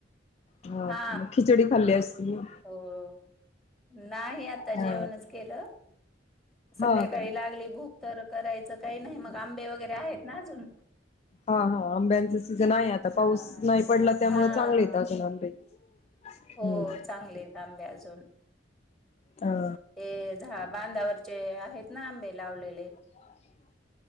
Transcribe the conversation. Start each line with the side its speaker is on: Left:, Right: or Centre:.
Left: हो
Centre: हा
Left: खिचडी खाल्ली असते ना...
Centre: हो. नाही आता
Left: हा
Centre: जेवणच
Left: का
Centre: केलं.. संध्याकाळी
Left: हा का
Centre: लागली भुक तर करायचं काही नाही मग आंबे वगैरे आहेत ना अजून...
Left: हा हा आंब्यांचा सीझन आहे आता पाऊस
Centre: हा
Left: नाही पडला त्यामुळे
Centre: हा
Left: चांगले येत अजून आंबे... हम्म
Centre: हो चांगले आहेत आंबे अजून
Left: अ
Centre: ते झा बांधावर... चे आहेत ना आंबे लावलेले...
Left: <unintelligible>